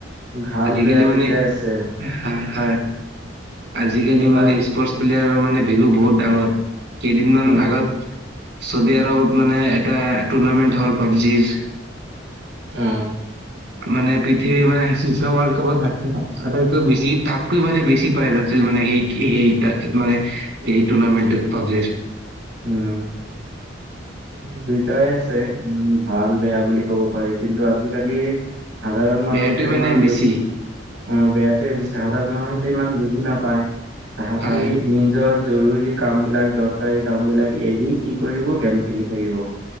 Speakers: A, on the right; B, on the right.
A: ভাল
B: আজিকালি
A: বেয়া দুইটাই
B: মানে
A: আছে।
B: হয় হয় আজিকালি
A: কোনোবাই
B: মানে স্পৰ্ট প্লেয়াৰৰ মানে ভেলু বহুত ডাঙৰ কেইদিনমান
A: উম,
B: আগত চৌদি আৰবত মানে এটা তুৰ্নামেণ্ট হ'ল পাবজিৰ।
A: উম
B: মানে পৃথিৱীৰ মানে বিশ্ব ৱৰ্ল্ড কাপত আটাইতকৈ বেছি তাতকৈ মানে বেছি প্ৰাইজ আছিল মানে সেই- কি সেই তাত মানে এই তুৰ্নামেণ্টটোত পাবজিৰ
A: উম। দুয়টাই আছে উম ভাল, বেয়া বুলি ক'ব পাৰি কিন্তু আজি-কালি সাধাৰণ মানুহেতো
B: বেয়াটোৱে মানে
A: ইমান
B: বেছি
A: বুজ- অ বেয়াটোৱে বেছি সাধাৰণ মানুহতে ইমান বুজি নাপায় তাহাঁতি
B: হয়
A: নিজৰ জৰুৰী কামবিলাক দৰকাৰী কামবিলাক এৰি কি কৰিব গেম খেলি থাকিব।